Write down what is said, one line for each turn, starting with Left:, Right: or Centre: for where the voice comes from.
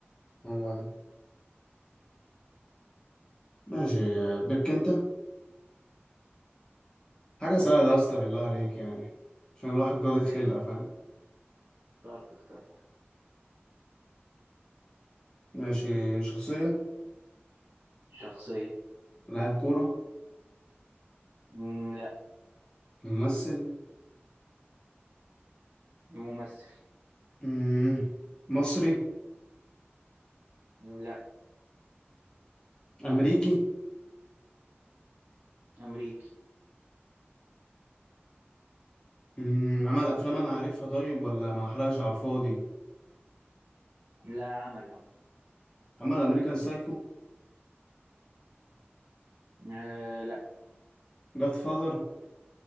Left: هو ده ماشي بك انت حاجة سهلة يا اسطى بالله عليك يعني عشان الواحد جاضي خلقة
Right: ماشي
Left: فاهم
Right: اخترت اخترت
Left: ماشي شخصية
Right: شخصية
Left: لاعب كورة
Right: مم، لا
Left: ممثل
Right: ممثل
Left: مم، مصري
Right: لا
Left: امريكي
Right: أمريكي
Left: أمم، عمل افلام انا عارفها طيب ولا ما احرقش على الفاضي
Right: لا عمل عمل
Left: عمل امريكان سايكو
Right: آه، لا
Left: جاد فاذر